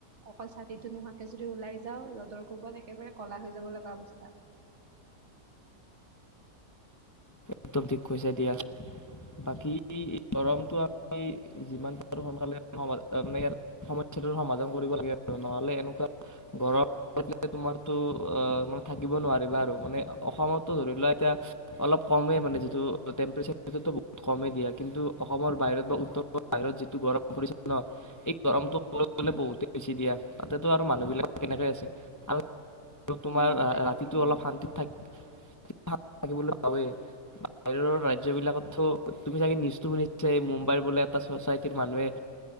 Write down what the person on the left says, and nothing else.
একদম ঠিক হৈছে দিয়া বাকী গৰমটো আি যিমান পাৰোঁ সোনকালে মানে সমস্যাটোৰ সমাধান কৰিব লাগে আৰু নহ'লে এনেকুৱা গৰম থ তোমাৰতো মানে থাকিব নোৱাৰিবা আৰু মানে অসমতো ধৰি লোৱা এতিয়া অলপ কমেই মানে যিটো টেম্পৰেচাৰ সিটো বহুত কমেই দিয়া কিন্তু অসমৰ বাহিৰত বা উত্তৰ পূৰ বাহিৰত যিটো গৰম পৰিছে ন স গৰমটো ক'ব গ'লে বহুতেই বেছি দিয়া তাতেতো আৰু মানুহবিলাক কেনেকৈ আছে আৰু আৰু তোমাৰ
ৰাতিটো অলপ শান্তিত থাক ভ থাকিবলৈ বাহিৰৰ ৰাজ্যবিলাকত তু তুমি চাগে নিজটো শুনিছে মুম্বাইৰ বোলে এটা চচাইটিৰ মানুহে